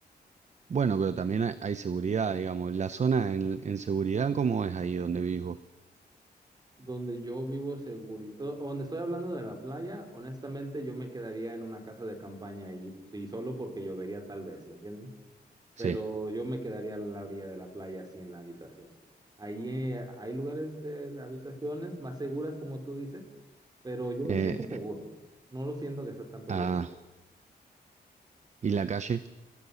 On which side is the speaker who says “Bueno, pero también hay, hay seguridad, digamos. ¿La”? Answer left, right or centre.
Right